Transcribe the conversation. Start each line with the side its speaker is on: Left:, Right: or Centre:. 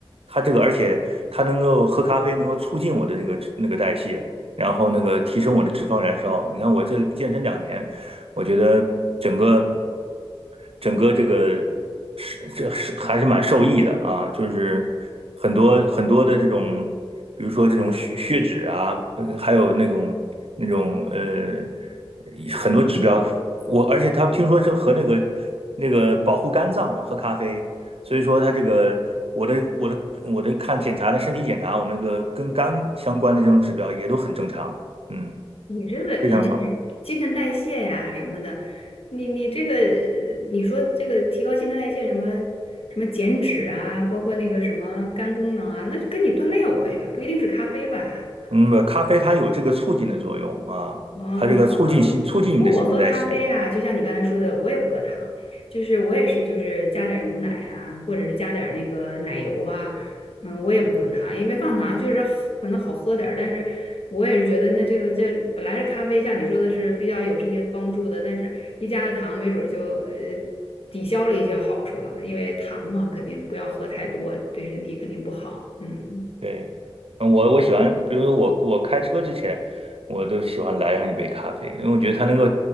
Right: 它这个，而且它能够喝咖啡，能够促进我的那个那个代谢，然后那个提升我的脂肪燃烧。你看我这健身两年，我觉得整个整个这个是这是还是蛮受益的啊，就是很多很多的这种，比如说这种血血脂啊，呃还有那种那种呃很多指标我而且他听说是和那个那个保护肝脏嘛，喝咖啡，所以说他这个我的我的我的看检查的身体检查，我那个跟肝相关的这种指标也都很正常，嗯，
Left: 你这个
Right: 非常好，
Left: 新陈代谢呀什么的，你你这个呃你说这个提高新陈代谢什么什么减脂啊，包括那个什么肝功能啊，那就跟你锻炼有关系吧，不一定是咖啡吧。
Right: 嗯，不咖啡它有这个促进的作用啊，
Left: 哦，
Right: 它这个促进新促进你的新陈代谢，
Left: 那好吧。不过我喝咖啡啊，就像你刚才说的，我也不搁糖，就是我也是就是加点儿牛奶啊，或者是加点儿那个奶油啊，嗯，我也不放糖，因为放糖就是好可能好喝点儿但是我也是觉得那这个这本来是咖啡，像你说的是比较有这些帮助的，但是一加了糖，没准儿就呃抵消了一些好处了，因为糖嘛，肯定不要喝太多，对身体肯定不好，嗯。
Right: 对，嗯我我喜欢，比如说我我开车之前，我都喜欢来上一杯咖啡，因为我觉得它能够